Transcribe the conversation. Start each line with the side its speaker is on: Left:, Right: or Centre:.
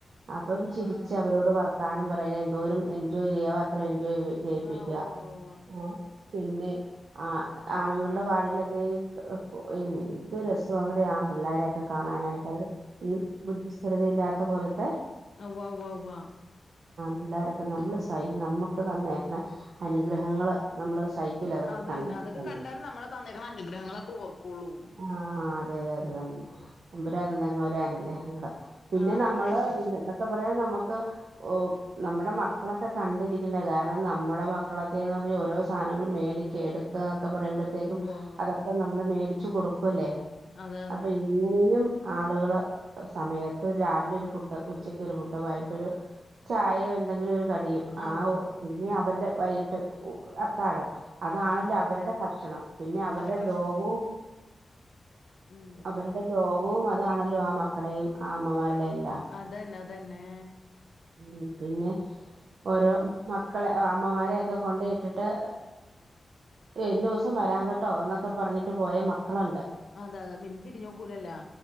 Right: അപ്പം
Left: ആഹ്
Right: ചിരിച്ച് അവരോട് വർത്താനം പറയ എന്തോരം എൻജോയ് ചെയ്യാവോ അത്രേം എൻ <unintelligible> ജയിപ്പിക്കുക
Left: ആഹ് ഉവ്വ ഉവ്വ ഉവ്വ.
Right: ഉം പിന്നെ ആ ആണുങ്ങൾ <unintelligible> എന്ത് രസണ് <unintelligible> ആൺ പിള്ളാരൊക്കെ കാണാനായിട്ട് അവർ ഈ ബുദ്ധിസ്ഥിരതയില്ലാത്ത പോലത്തെ
Left: ഉവ്വാ ഉവ്വാ ഉവ്വാ
Right: പിള്ളേരൊക്കെ നമ്മൾ സൈ നമുക്ക് തന്നേക്കണ അനുഗ്രഹങ്ങള് നമ്മള് സഹിക്കൂല അതൊക്കെ
Left: ആ അതന്നെ
Right: കണ്ടിട്ടുണ്ടെങ്കി
Left: അതൊക്കെ കണ്ടാലെ നമ്മൾ തന്നേക്കണ അനുഗ്രഹങ്ങളൊക്കെ ഓർക്കുള്ളൂ
Right: ആഹ് അതെ അതെ അതെ ത തമ്പുരാൻ തന്നേക്കുന്ന ഓരോ അനുഗ്രഹങ്ങള് പിന്നെ
Left: ആഹ്
Right: നമ്മള്
Left: അതന്നെ.
Right: ഇതോക്കെ പറയാൻ നമു ഓഹ് നമ്മുടെ മക്കളൊക്കെ കണ്ടിരിക്കണ്ട കാരണം നമ്മുടെ മക്കളൊക്കെന്ന് പറഞ്ഞാൽ ഓരോ സാധനങ്ങളും മേടിക്ക എടുക്ക പറയുമ്പോഴത്തേക്കും
Left: ഉവ്വ ഉവ്വ
Right: അതൊക്കെ നമ്മൾ മേടി ച്ചു കൊടുക്കുല്ലെ
Left: അതെ അതെ
Right: അപ്പ ഇങ്ങനെയും ആളുകള് സമയത്ത് രാവിലെ ഒരു ഫുഡ് ഉച്ചക്ക് ഒരു ഫുഡ് വൈകിട്ടൊരു ചായയോ എന്തെങ്കിലും ഒരു കടിയും
Left: ആഹ്
Right: ആ
Left: ഉവ്വ
Right: പിന്നെ അവരുടെ വൈകിട്ട് അത്താഴം അതാണല്ലോ
Left: ആഹ്
Right: അവരുടെ ഭക്ഷണം പിന്നെ അവരുടെ
Left: അവരെ ഭക്ഷ
Right: ലോകവും
Left: ഉം
Right: അവരുടെ ലോകവും അതാണല്ലോ ആ മക്കടേയും ആ അമ്മമാരുടെ എല്ലാം
Left: അതന്നെ അ തന്നേ
Right: ഉ പിന്നെ ഓരോ മക്കളെ അമ്മമാരെയൊക്കെ കൊണ്ടയിട്ടിട്ട് ഇന്ന ദിവസം വരാൻ കേട്ടോ എന്നൊക്കെ പറഞ്ഞിട്ട് പോയ മക്കളുണ്ട്
Left: അതെ അതെ മിൻ തിരിഞ്ഞോക്കൂലല്ലാ